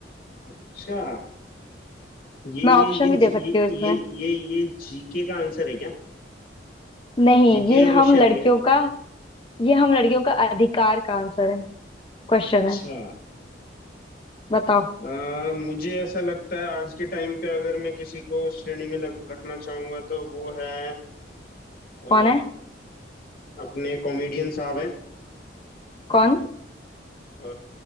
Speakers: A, on the left (about 55°); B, on the left (about 30°).
A: अच्छा ये
B: मैं
A: ये
B: ऑप्शन
A: ये
B: भी दे
A: जी-
B: सकती
A: ये
B: हूँ इसमें
A: ये ये ये जीके का आंसर है क्या
B: नहीं
A: जीके
B: ये
A: का क्वेश्चन
B: हम लड़कियों
A: है क्या
B: का ये हम लड़कियों का अधिकार का आंसर है क्वेश्चन
A: अच्छा
B: है बताओ
A: अ, मुझे ऐसा लगता है आज के टाइम पे अगर मैं किसी को उस श्रेणी में लग, रखना चाहूंगा तो वो है अ,
B: कौन है
A: अपने कॉमेडियन साहब हैं
B: कौन
A: अ,